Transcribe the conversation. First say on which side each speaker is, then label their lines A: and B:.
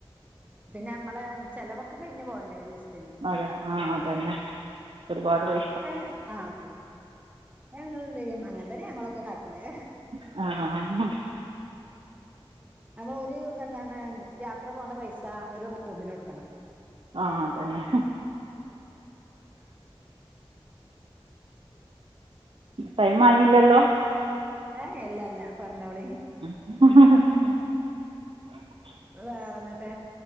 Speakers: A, on the right; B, on the right.
A: പിന്നെ നമ്മള് ചെലവൊക്കെ കഴഞ് പോണ്ടേ ഒരീസം
B: അതെ ആ അതന്നെ ഒരുപാട് പൈ
A: ഏ ആ ക്കെ ഞങ്ങളുടെയും അങ്ങന് ത്തന്നെ ഞങ്ങളൊക്കെ കാട്ടല്
B: ആഹ
A: നമ്മൾ ഒരു എന്താണ് യാത്ര പോകേണ്ട പൈസ ഒരു റൂമിന കൊടുക്കണം
B: ആഹ അതന്നെ ടൈമായിയില്ലല്ലോ
A: ഏ അല്ലല്ല പറഞ്ഞോളി.
B: മഹ്ഹ
A: വേറെ എന്നിട്ട്